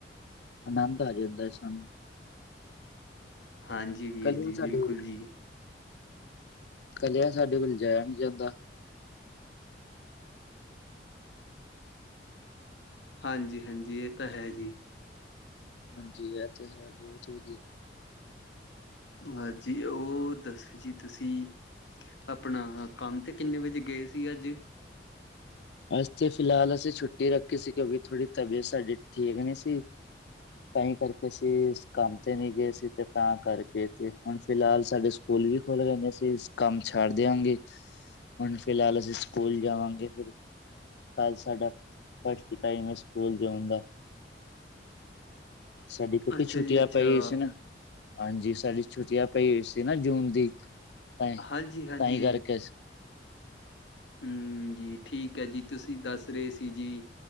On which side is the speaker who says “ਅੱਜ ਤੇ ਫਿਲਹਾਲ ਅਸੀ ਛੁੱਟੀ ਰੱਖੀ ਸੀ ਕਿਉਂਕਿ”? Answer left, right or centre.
Left